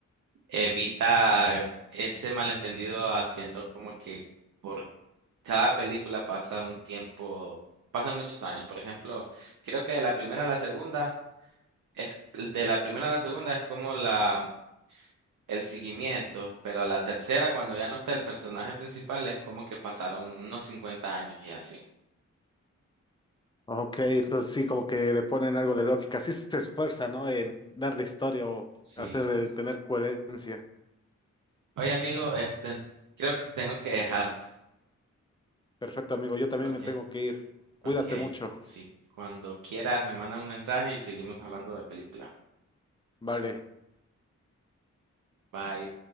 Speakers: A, on the right; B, on the left.
A: evita ese malentendido haciendo como que por cada película pasa un tiempo, pasan muchos años. Por ejemplo, creo que de la primera a la segunda es de la primera a la segunda es como la el seguimiento, pero a la tercera, cuando ya no está el personaje principal, es como que pasaron unos 50 años y así.
B: Ok, entonces sí, como que le ponen algo de lógica. Sí se esfuerza, ¿no? En darle historia o
A: Sí,
B: hacer
A: sí, sí.
B: tener coherencia.
A: Oye, amigo, este, creo que te tengo que dejar.
B: Perfecto, amigo. Yo también
A: Ok,
B: me tengo que ir. Cuídate
A: ok,
B: mucho.
A: sí. Cuando quieras, me manda un mensaje y seguimos hablando de película.
B: Vale.
A: Bye.